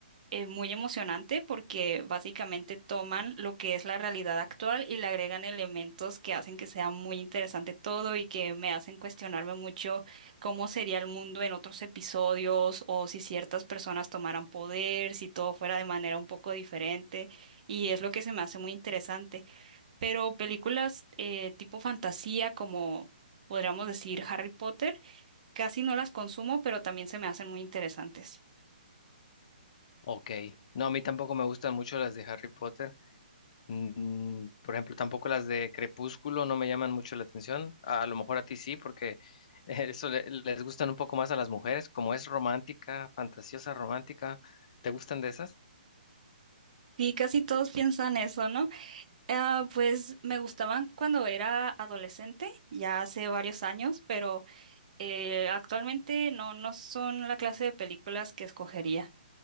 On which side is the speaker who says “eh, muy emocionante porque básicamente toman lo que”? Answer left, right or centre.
Right